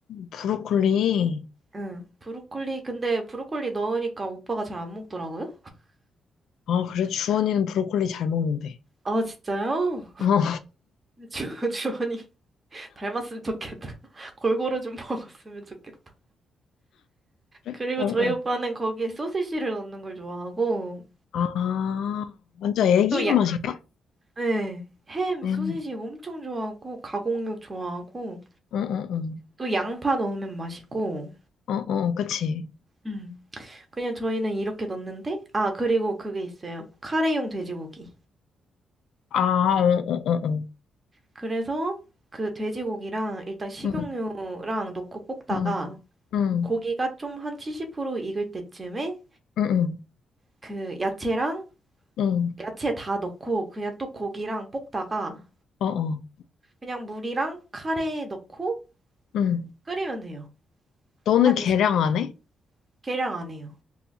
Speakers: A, on the left; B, on the right.
A: 브로콜리.
B: 응. 브로콜리 근데 브로콜리 넣으니까 오빠가 잘 안 먹더라고요.
A: 아, 그래? 주원이는 브로콜리 잘 먹는데.
B: 아 진짜요?
A: 어,
B: 주, 주원이 <laughs> 닮았으면 좋겠다. <laughs> 골고루 좀 먹었으면 좋겠다.
A: 그래?
B: 그리고
A: 어,
B: 저희
A: 어.
B: 오빠는 거기에 소시지를 넣는 걸 좋아하고
A: 아, 완전 애기
B: 또
A: 입맛인가?
B: 네. 햄,
A: 응,
B: 소시지 엄청 좋아하고, 가공육 좋아하고,
A: 어, 어,
B: 또 양파 넣으면 맛있고,
A: 어, 어, 어, 그치?
B: 음. 그냥 저희는 이렇게 넣는데, 아, 그리고 그게 있어요. 카레용 돼지고기.
A: 아, 어, 어, 어, 어.
B: 그래서 그 돼지고기랑 일단 식용유랑
A: 응,
B: 넣고 볶다가,
A: 응, 응,
B: 고기가 좀 한 70% 익을 때쯤에,
A: 응, 응.
B: 그 야채랑,
A: 응,
B: 야채 다 넣고, 그냥 또 고기랑 볶다가,
A: 어, 어,
B: 그냥 물이랑 카레 넣고
A: 응.
B: 끓이면 돼요.
A: 너는
B: 한
A: 계량
B: 20분?
A: 안 해?
B: 계량 안 해요.